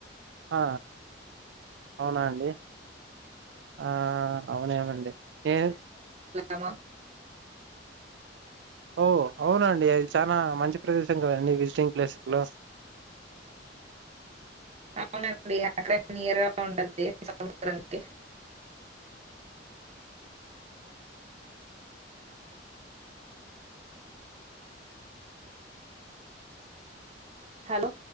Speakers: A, on the right; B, on the right.
A: ఆ అవునా అండి ఆ అవునేమండి ఏ
B: అమా
A: ఓ అవునా అండి అది చానా మంచి ప్రదేశం కదండి విజిటింగ్ ప్లేసెస్లో
B: అవునండి అక్కడ నియర్గా ఉండుద్ది సముద్రానికి <unintelligible> హలో